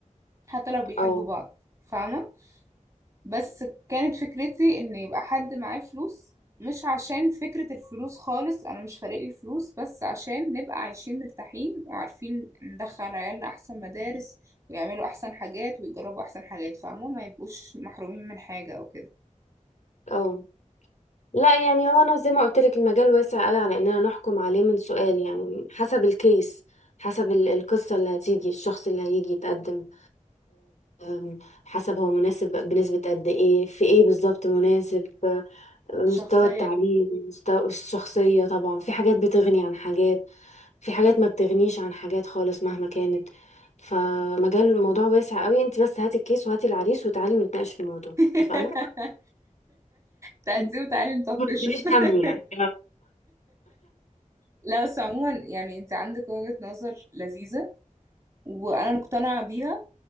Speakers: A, on the right; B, on the left.
A: حتى لو بيحبوا
B: اه
A: بعض فاهمة بس كانت فكرتي ان يبقى حد معاه فلوس مش عشان فكرة الفلوس خالص انا مش فارق لي الفلوس بس عشان نبقى عايشين مرتاحين وعارفين ندخل عيالنا احسن مدارس ويعملوا احسن حاجات ويجربوا احسن حاجات فاهمة ما يبقوش محرومين من حاجة او كده
B: اه لا يعني هو انا زي ما قلت لك المجال واسع قوي على اننا نحكم عليه من سؤال يعني حسب الكيس حسب ال- القصة اللي هتيجي الشخص اللي هيجي يتقدم أم، حسب هو مناسب بنسبة قد ايه في ايه بالظبط مناسب أه، مستوى
A: شخصية
B: التعليم مستوى الشخصية طبعا في حاجات بتغني عن حاجات في حاجات ما بتغنيش عن حاجات خالص مهما كانت فمجال الموضوع واسع قوي انت بس هاتي الكيس وهاتي العريس وتعالي ونتناقش في الموضوع
A: <laughs>
B: اتفقنا
A: تعدي
B: <laughs>
A: وتعالي نطفشه
B: ما تشيليش
A: <laughs>
B: هم يعني
A: لا بس عموما يعني انت عندك وجهة نظر لذيذة وانا مقتنعة بيها